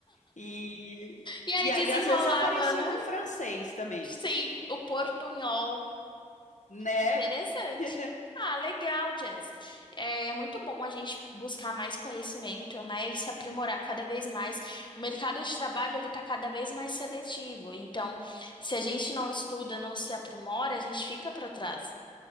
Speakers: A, on the left; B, on the left.
A: E
B: E aí
A: e
B: desenrolava,
A: aí às vezes aparecia
B: né?
A: um francês também,
B: Sim, o portunhol.
A: né?
B: Interessante.
A: <laughs>
B: Ah, legal, Jess. É muito bom a gente buscar mais conhecimento, né, e se aprimorar cada vez mais. O mercado de trabalho ele está cada vez mais seletivo. Então, se a gente não estuda, não se aprimora, a gente fica para trás.